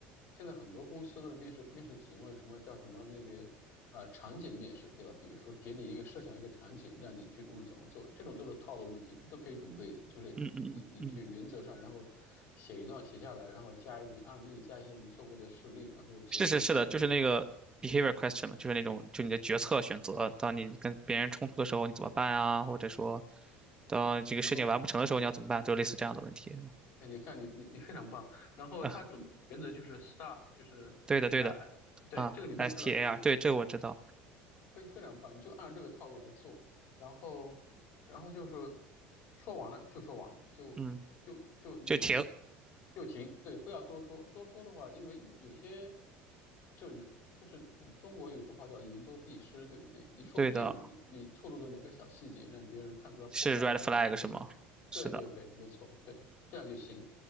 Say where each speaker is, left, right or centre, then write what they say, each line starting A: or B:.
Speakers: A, on the left; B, on the right.
A: 现在很多公司的面试面试提问，什么叫什么那个啊、呃场景面试，对吧？比如说给你一个设想一个场景，让你去问怎么做，这种都是套路问题，这都可以准备的。就是你你去原则上，
B: 嗯嗯嗯嗯，
A: 然后写一段写下来，然后加一点案例，加一些你做过的事例，然后结束，
B: 是是是的，
A: 对吧？
B: 就是那个
A: 就
B: behavior question 嘛，就是那种就你的决策选择，当你跟别人冲突的时候你怎么办啊，或者说当这个事情完不成的时候你要怎么办，
A: 然后
B: 就类似这样的问题，是吧？
A: 哎，你看你你你非常棒。然后他准原则就是
B: 啊，
A: STAR，就是呃，
B: 对的对的，
A: 对，
B: 啊，STAR，
A: 这个你都知道，对不对？
B: 对，这个我知道，
A: 非非常棒，你就按这个套路来做。然后，然后就是说完了就说完了，就就就有一个
B: 嗯，就停，
A: 就停，对，不要多说。多说的话，因为有有些就是就是我们中国有句话叫言多必失，对不对？你说不定你你透露的哪个小细节，
B: 对的，
A: 让别人看出来破绽了，
B: 是 red
A: 或者看出来。
B: flag 是吗？是的。
A: 对对对，没错，对，这样就行。